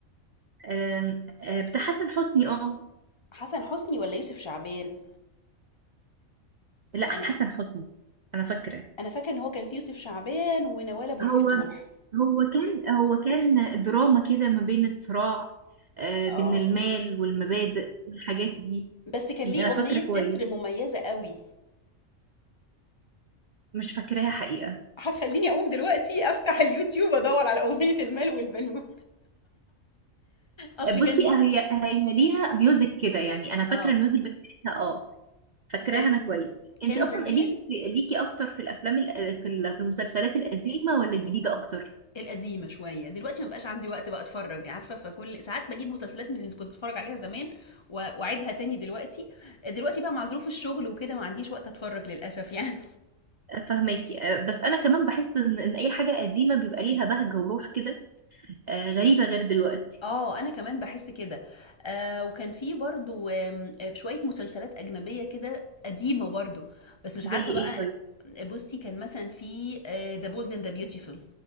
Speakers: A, on the right; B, on the left.
A: آم، آه، بتاع حسن حسني اه
B: حسن حسني ولا يوسف شعبان
A: لا
B: انا
A: حسن حسني انا فاكره
B: انا فاكره ان هو كان في يوسف شعبان ونوال ابو الفتوح
A: هو هو كان هو كان دراما كده ما بين الصراع آه،
B: اه
A: بين المال والمبادئ والحاجات دي
B: بس كان
A: انا
B: ليه اغنيه
A: فاكره
B: تتر
A: كويس
B: مميزه قوي
A: مش فاكراها حقيقه
B: هتخليني اقوم دلوقتي افتح اليوتيوب ادور على اغنية المال والبنون اصلي
A: بصي
B: كان
A: هي هي ليها ميوزك كده يعني انا
B: اه
A: فاكره الميوزك بتاعتها اه فاكراها
B: كان
A: انا كويس انت
B: كان
A: اصلا
B: زمان
A: ليكي ليكي اكتر في الافلام الأ- في ال- في المسلسلات القديمه ولا الجديده اكتر
B: القديمه شويه دلوقتي ما بقاش عندي وقت بقى اتفرج عارفه فكل ساعات بجيب مسلسلات من اللي كنت بتفرج عليها زمان و- واعيدها تاني دلوقتي دلوقتي بقى مع ظروف الشغل وكده ما عنديش وقت اتفرج للاسف يعني
A: فهماكي آه، بس انا كمان بحس ان ان اي حاجه قديمه بيبقى ليها بهجه وروح كده آه، غريبه غير دلوقتي
B: اه انا كمان بحس كده آه وكان في برضو آم، آه، شوية مسلسلات اجنبية كده قديمة برضو بس مش
A: زي
B: عارفة
A: ايه
B: بقى
A: طيب
B: بصي كان مثلا في ذا بولد اند ذا بيوتيفول